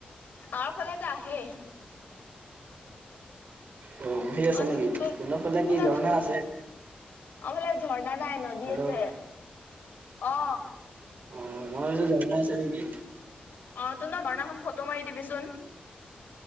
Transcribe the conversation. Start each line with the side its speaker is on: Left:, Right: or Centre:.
Left: আমাৰ ফালেতে আহেই
Right: অ সেই আছে
Left: অ
Right: নেকি
Left: তোৰ
Right: তোহতৰ ফালে
Left: তোৰ
Right: কি ঝৰ্ণা আছে
Left: আমাৰ ফালে ঝৰ্ণা নাই নদী
Right: হেল্ল'
Left: আছে অ
Right: অ মই ভাবিছো ঝৰ্ণা আছে নেকি
Left: অ তু ন ঝৰ্ণাখন ফটো মাৰি দিবিচোন